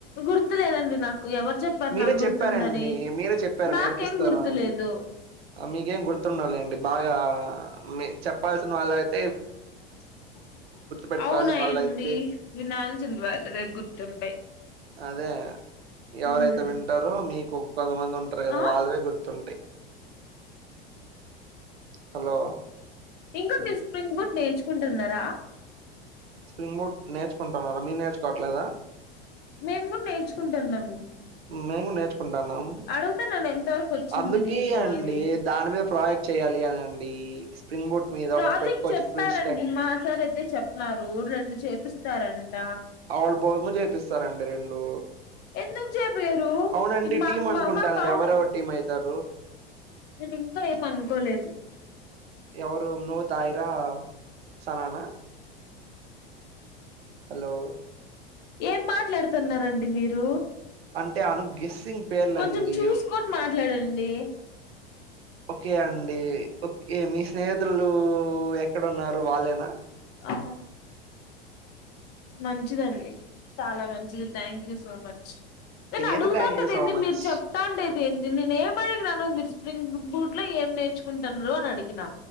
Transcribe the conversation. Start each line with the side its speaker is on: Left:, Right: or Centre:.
Left: గుర్తులేదండి నాకు ఎవరు చెప్పారు
Right: మీరే
Left: నాకు
Right: చెప్పారండి
Left: గుర్తుందని
Right: మీరే చెప్ ప్పారు
Left: నాకేం
Right: నేర్పిస్తాను
Left: గుర్తులేదు
Right: అని మీకేం గుర్తుండవ్ లేండి బాగా మీ చెప్పాల్సిన వాళవైతే
Left: <inaudible>
Right: పెట్టుకోవాల్సిన
Left: అవునయండి
Right: వాళ్ళ అయితే
Left: <unintelligible> దుంపే
Right: అదే ఎవరైతె
Left: మ్మ్
Right: వింటారు మీకు కొంతమంది ఉంటారు కదా
Left: ఆ
Right: వాళ్ళవే గుర్తుంటాయి హలో
Left: ఇంకా మీరు స్ప్రింగ్ బూట్ నేర్చుకుంటున్నారా
Right: స్ప్రింగ్ బూట్ నేర్చుకుంటున్నాను మీరు నేర్చుకోవట్లేదా
Left: మేం కూడా నేర్చుకుంటున్నాం
Right: మేము నేర్చుకుంటాన్నాం
Left: అడుగుతున్నాను ఎంత వరకు వచ్చింది
Right: అందుకీ
Left: నీకు
Right: అండి
Left: అని
Right: దాని మీద ప్రాజెక్ట్ చేయాలి అనండి స్ప్రింగ్ బూట్ మీద
Left: ప్రాజెక్ట్
Right: ఒకటి పెట్టుకోవచ్చు
Left: చెప్పారండి
Right: ఫుల్ స్టక్
Left: మా సార్ అయితే చెప్నారు రెండు చేపిస్తారంట
Right: ఆ వాల్ భోజము చేపిస్తారండి రెండు
Left: ఎందుకు చేపియరు
Right: అవునండి
Left: మాకు
Right: టీమ్ అనుకుంటాను
Left: మాకు అవును
Right: ఎవరెవరు టీమ్ అయితారు
Left: నేను ఇంకా ఏం అనుకోలేదు
Right: ఎవరు నూతాన్యా సననా హలో
Left: ఏం మాట్లాడుతున్నారండి మీరు
Right: అంటే అను గెస్సింగ్ పేర్లండి.
Left: కొంచెం చూసుకొని మాట్లాడండి
Right: ఓకే అండి ఓకే మీ స్నేహితులు ఎక్కడన్నారు వాళ్ళేనా
Left: ఆ మంచిదండి చాలా మంచిది థ్యాంక్ యూ సో మచ్ నేను
Right: ఏంది
Left: అడుగుతాండే
Right: థ్యాంక్ యూ
Left: దెంది
Right: సో మచ్.
Left: మీరు చెప్ తాండేది ఏంది నేను ఏం అడిగినను మీరు స్ప్రింగ్ బూట్ లో ఏం నేర్చుకుంటున్నరని అడిగిన